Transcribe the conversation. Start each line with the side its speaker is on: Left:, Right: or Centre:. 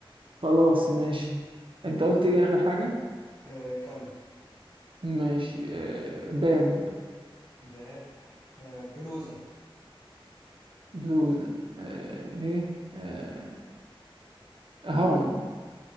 Right: خلاص ماشي انت قلت ايه اخر حاجه
Left: آه كلب
Right: ماشي آه باب
Left: باب آه بلوزة
Right: بلوزه آه ايه آه هرم